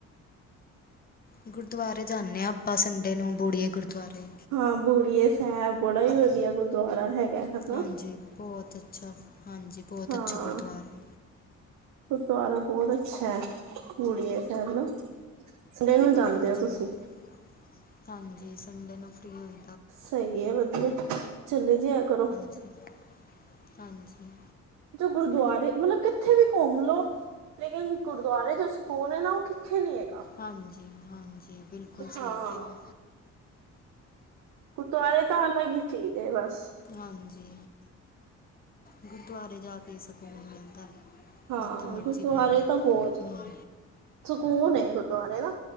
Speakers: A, on the left; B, on the right.
A: ਗੁਰਦੁਆਰੇ ਜਾਨੇ ਆ, ਆਪਾਂ ਸੰਡੇ ਨੂੰ ਬੁੜੀਏ ਗੁਰਦੁਆਰੇ।
B: ਹਾਂ ਬੂੜੀਏ ਸਹਿਬ ਬੜਾ ਹੀ ਵਧੀਆ ਗੁਰਦੁਆਰਾ ਹੈਗਾ। ਹਨਾ
A: ਹਾਂਜੀ ਬਹੁਤ ਅੱਛਾ, ਹਾਂਜੀ। ਬਹੁਤ
B: ਹਾਂ
A: ਅੱਛਾ ਗੁਰਦੁਆਰਾ
B: ਗੁਰੂਦੁਆਰਾ ਬਹੁਤ ਅੱਛਾ ਬੂੜੀਐ ਸੈਬ ਨਾ ਸੰਡੇ ਨੂੰ ਜਾਂਦੇ
A: ਹਾਂਜੀ-ਹਾਂਜੀ
B: ਹੋ ਤੁਸੀਂ
A: ਸੰਡੇ ਨੂੰ ਫ੍ਰੀ ਹੋਈ।
B: ਸਹੀ ਹੈ, ਵਧੀਐ ਚੱਲੇ ਜਾਈਆ ਕਰੋ।
A: <unintelligible> ਹਾਂਜੀ।
B: ਜੋ ਗੁਰਦੁਆਰੇ ਮਤਲਬ ਕਿੱਥੇ ਵੀ ਘੁੰਮ ਲੋੋ, ਲੇਕਿਨ ਗੁਰਦੁਆਰੇ ਜੋ ਸਕੂ ਸਕੂਨ ਹੈ ਨਾ, ਉਹ ਕਿੱਥੇ ਨੀ ਹੈਗਾ,
A: ਹਾਂਜੀ ਹਾਂਜੀ ਬਿਲਕੁਲ
B: ਹਾਂ।
A: ਸਹੀ ਕਿਹਾ
B: ਗੁਰਦੁਆਰੇ ਤਾਂ ਅਲੱਗ ਹੀ ਚੀਜ਼ ਏ ਬਸ।
A: ਹਾਂਜੀ ਗੁਰਦੁਆਰੇ ਜਾ ਕੇ ਕੀ ਸਕੂਨ ਮਿਲਦਾ,
B: ਹਾਂ
A: ਜਿੱਥੇ ਮਰਜੀ
B: ਗੁਰਦੁਆਰੇ
A: ਘੁੰਮ ਲੌ
B: ਤਾਂ ਬਹੁਤ ਸਕੂਨ ਖੁਟਆਰੇ ਦਾ